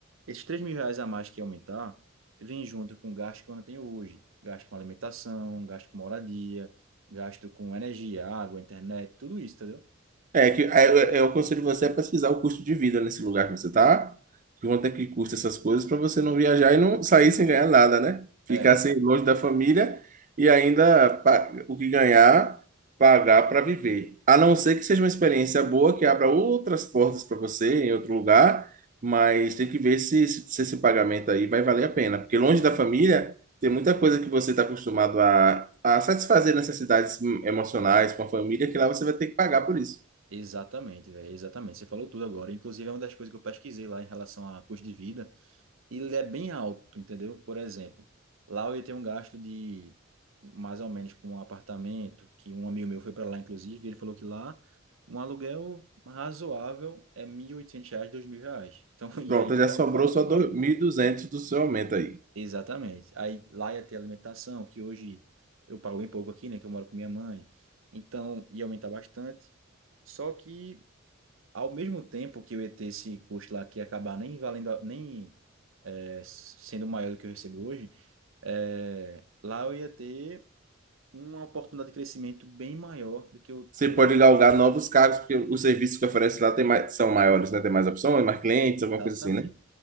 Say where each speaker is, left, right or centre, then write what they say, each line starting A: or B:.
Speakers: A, on the right (about 75°); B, on the right (about 40°).
A: esses três mil reais a mais que ia aumentar vem junto com o gasto que eu não tenho hoje. Gasto com alimentação, gasto com moradia, gasto com energia, água, internet, tudo isso, entendeu?
B: É que aí eu, eu aconselho você a pesquisar o custo de vida nesse lugar que você tá, quanto é que custa essas coisas para você não viajar e não sair sem ganhar nada, né? Ficar
A: É.
B: sem longe da família e ainda pa- o que ganhar, pagar para viver. A não ser que seja uma experiência boa que abra outras portas para você em outro lugar, mas tem que ver se, se esse pagamento aí vai valer a pena, porque longe da família tem muita coisa que você está acostumado a, a satisfazer necessidades hum, emocionais com a família que lá você vai ter que pagar por isso.
A: Exatamente, velho, exatamente. Você falou tudo agora. Inclusive, é uma das coisas que eu pesquisei lá em relação a custo de vida. E ele é bem alto, entendeu? Por exemplo, lá eu ia ter um gasto de mais ou menos com um apartamento, que um amigo meu foi para lá, inclusive, e ele falou que lá um aluguel razoável é 1.800 reais, 2.000 reais. Então, <laughs>
B: Pronto,
A: e aí,
B: já
A: qual
B: sobrou
A: a parte
B: só
A: do valor?
B: do- 1.200 do seu aumento aí.
A: Exatamente. Aí lá ia ter alimentação, que hoje eu pago bem pouco aqui, né, que eu moro com minha mãe. Então, ia aumentar bastante. Só que ao mesmo tempo que eu ia ter esse custo lá que ia acabar nem valendo, a- nem é, sendo maior do que eu recebo hoje, é, lá eu ia ter uma oportunidade de crescimento bem maior do que eu.
B: Você pode galgar novos cargos, porque os serviços que oferece lá tem mais- são maiores, né? Tem mais opções, mais clientes,
A: Exatamente.
B: alguma coisa assim, né?